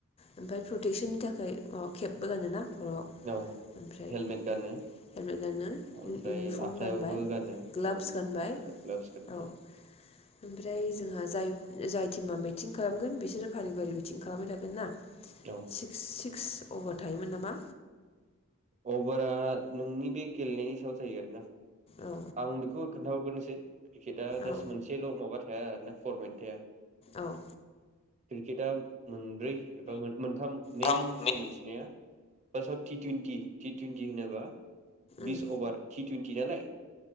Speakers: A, on the left; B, on the right.
A: ओमफ्राय प्रटेकसननि थाखाय अ खेबबो गानोना? खर'आव
B: औ
A: ओमफ्राय
B: हेलमेट गानो
A: हेलमेट गानो
B: ओमफ्राय
A: इउनिफर्म
B: आखाइयावबो
A: गानबाय
B: गानो
A: ग्लाबस
B: औ इउनिफर्म
A: गानबाय
B: ग्लाभस गानबाय
A: औ ओमफ्राय जोंहा जाय जाय टिमा मिटिं खालामगोन बिसोरो फारि फारि मिथिं खालामबाय थागोन्ना।
B: औ
A: सिक्स सि अभार थायोमोन नामा?
B: अभारा नोंनि बे गेलेनायनि सायाव जायो आरोना।
A: औ
B: आं बेखौ खोन्थाहरगोनोसै <unintelligible> क्रिकेटआ जास्ट
A: औ
B: मोनसेल' माबा थाया आरोना फरमेट थाया
A: औ।
B: क्रिकटआ मोनब्रै एबा मोन-मोनथाम मेन
A: थाम नै
B: जों मोनथिनाया। पास्ताव टि तुइनटि टि टुइनटि होनोबा बिस
A: उम
B: अभार थि टुइनटि नालाय